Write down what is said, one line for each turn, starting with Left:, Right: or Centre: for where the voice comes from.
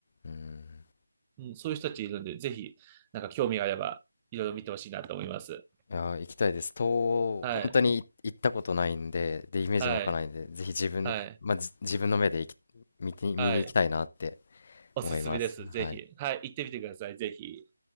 Left: うん。
Right: うん、そういう人たちいるんで、ぜひ、なんか興味があれば、いろいろ見てほしいなと思います。
Left: いやー、行きたいです。東欧、
Right: はい、
Left: 本当に行ったことないんで、で、イメージも湧かないんで、
Right: はい、
Left: ぜひ自分の、
Right: はい、
Left: まあ、じ自分の目で行き見て、見に行きたいなって
Right: はい。おすすめです。
Left: 思います。
Right: ぜひ。
Left: はい。
Right: はい、行ってみてください。ぜひ。